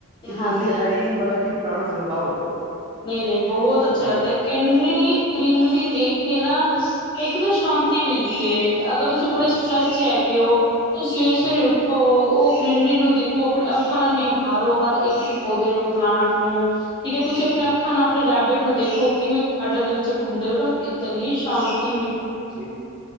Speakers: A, on the right; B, on the left.
A: ਵੀ
B: ਹਾਂਜੀ
A: ਤੁਸੀਂ ਇਹੀ ਮਤਲਬ ਕਿ, ਪਲਾਂਟਸ ਲਗਾਓ।
B: ਨਹੀਂ, ਨਹੀਂ ਬਹੁਤ ਅੱਛਾ
A: ਜੀ
B: ਲੱਗਦਾ, ਗ੍ਰੀਨਰੀ- ਗ੍ਰੀਨਰੀ ਦੇਖ ਕੇ ਨਾ ਇੱਕ ਨਾ ਸ਼ਾਂਤ ਤੇ ਮਿਲਦੀ ਏ ਅਗਰ ਤੁਸੀਂ ਬੜੇ
A: ਜੀ
B: ਸਟਰ੍ਰੈੱਸ ਚ ਹੈਗੇ ਹੋ? ਸਵੇਰੇ -ਸਵੇਰੇ
A: ਹੂੰ
B: ਉੱਠੋ। ਉਹ ਗ੍ਰਰੀਨਰੀ ਨੂੰ ਦੇਖੋ, ਆਪਣੇ ਅੱਖਾਂ ਨਾਲ ਨਿਹਾਰੋ, ਹਰ ਇੱਕ- ਇੱਕ ਪੌਦੇ ਨੂੰ, ਪਲਾਂਟ ਨੂੰ। ਠੀਕ ਏ ਤੁਸੀਂ
A: ਜੀ
B: ਆਪਣੇ ਆਪ ਆਪਣੇ ਰੈਬਿਟ ਨੂੰ ਦੇਖੋ, ਕਿਵੇਂ ਗਾਰਡਨ ਦੇ ਵਿੱਚ ਘੁੰਮ ਦੇਵੇ, ਤੁਹਾਨੂੰ ਇਤਨੀ ਸ਼ਾਂਤੀ ਮਿਲੀ
A: ਜ